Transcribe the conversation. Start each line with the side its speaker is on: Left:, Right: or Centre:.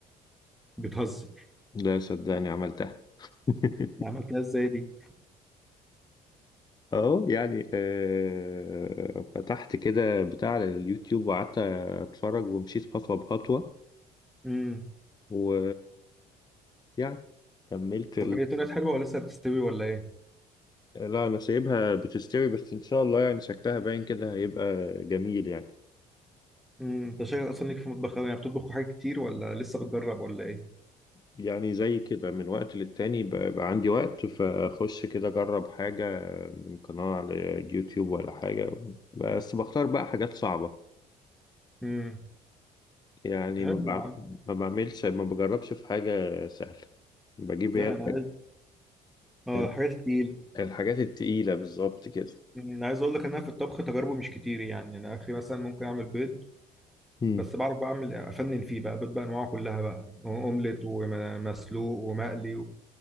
Centre: بتهزر
Left: لا صدقني عملتها <laughs>
Centre: عملتها ازاي دي؟
Left: أهو يعني آه فتحت كده بتاع على اليوتيوب وقعدت أتفرج ومشيت خطوة بخطوة
Centre: امم
Left: و يعني كملت
Centre: طب ايه طلعت حلوه ولا لسه بتستوي ولا ايه؟
Left: لا انا سايبها بتستوي بس ان شاء الله يعني شكلها باين كده هيبقى جميل يعني
Centre: امم انت شايف اصلا ليك في المطبخ قوي يعني بتطبخ حاجات كتير ولا لسه بتجرب ولا ايه؟
Left: يعني زي كده من وقت للتاني ب- بقى عندي وقت فاخش كده اجرب حاجة من قناة على يوتيوب ولا حاجة بس بختار بقى حاجات صعبة
Centre: امم
Left: يعني
Centre: حلو
Left: ما بع-
Centre: يا عم
Left: ما بعملش ما بجربش في حاجة سهلة بجيب
Centre: لا
Left: هي
Centre: انا عايز اه
Left: الح-
Centre: الحاجات التقيله
Left: الحاجات التقيلة بالظبط كده
Centre: أمم، انا عايز اقول لك ان انا في الطبخ تجاربه مش كتير يعني انا اخري مثلا ممكن اعمل بيض
Left: مم.
Centre: بس بعرف بعمل افنن فيه بقى بيض بانواعه كلها بقى اومليت ومسلوق ومقلي